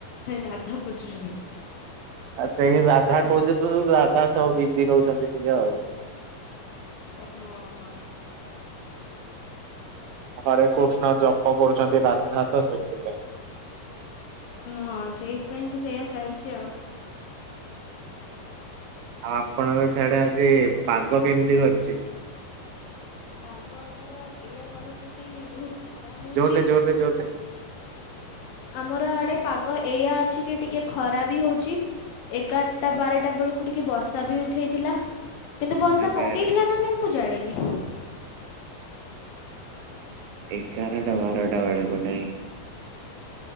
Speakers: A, on the left; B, on the right.
A: ରାଧା ଖୋଜୁଛନ୍ତି?
B: ଆ ସେଇ ରାଧା କହୁଛ ତ ରାଧା ସବୁ ବିଜି ରହୁଛନ୍ତି ଟିକେ ଆଉ
A: ହଁ ହଁ।
B: ହରେ କୃଷ୍ଣ ଜପ କରୁଛନ୍ତି ରାଧା ତ ସେଥିପାଇଁ।
A: ହଁ ସେଇଥିପାଇଁ କି ସେଇୟା ଚାଲିଛି ଆଉ
B: ଆଉ ଆପଣଙ୍କ ସିଆଡେ ଆଜି ପାଗ କେମିତି କରିଛି?
A: ପାଗ ଆମର ଏଇଆ କରିଛି କି ବହୁତ ଖରା ହଉଛି।
B: ଜୋରରେ ଜୋରରେ ଜୋର ରେ
A: ଆମର ଆଡ଼େ ପାଗ ଏଇଆ ଅଛି କି ଟିକେ ଖରା ବି ହଉଛି। ଏଗାରଟା ବାରଟା ବେଳକୁ ଟିକେ ବର୍ଷା ବି ଉଠେଇଥିଲା। କିନ୍ତୁ ବର୍ଷା
B: ଆରେ
A: ପକେଇଥିଲା
B: ଆରେ
A: ନା ନାଇଁ ମୁଁ ଜାଣିନି।
B: ଏଗରଟା ବାରଟା ବେଳକୁ ନାଇ।